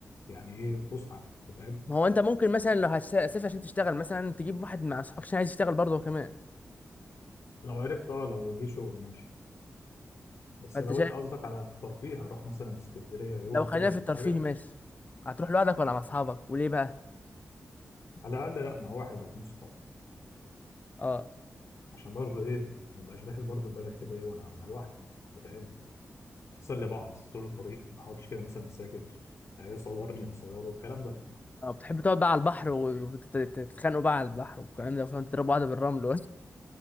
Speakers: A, on the left (about 65°); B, on the left (about 30°).
A: يعني ايه فسحه أنت فاهم؟
B: ما هو انت ممكن مثلا لو هتسافر عشان تشتغل مثلا تجيب واحد مع اصحابك عشان عايز يشتغل برضه هو كمان
A: لو عرفت اه لو جه شغل ماشي بس
B: فانت
A: لو
B: شايف
A: انت قصدك على الترفيه هروح مثلا اسكندريه يوم
B: لو خلينا
A: كده ولا
B: في الترفيه
A: حاجه
B: ماشي هتروح لوحدك ولا مع اصحابك وليه بقى
A: على الاقل لا مع واحد او اتنين صحاب
B: اه
A: عشان برضو ايه ما بقاش داخل برضو البلد كده ايه وانا وانا لوحدي أنت فاهم نسلي بعض طول الطريق ما اقعدش كده مثلا ساكت يعني يصورني اصوره الكلام ده
B: اه بتحب تقعد بقى على البحر وتتخانقوا بقى على البحر والكلام ده فاهم تضربوا بعض بالرمل